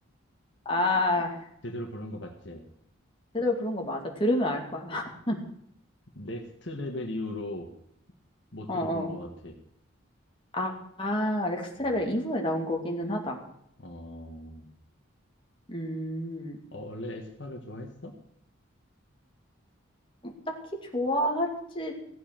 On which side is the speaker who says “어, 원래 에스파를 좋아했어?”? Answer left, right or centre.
Left